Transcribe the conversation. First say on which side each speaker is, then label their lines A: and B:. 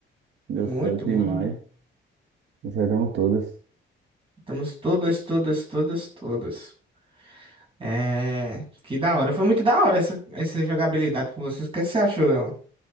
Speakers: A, on the right; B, on the right.
A: Deu
B: Muito,
A: certo demais.
B: muito.
A: Acertamos todas.
B: Estamos todas, todas, todas, todas. É. Que da hora. Foi muito da hora essa, essa jogabilidade com vocês. O que você achou dela?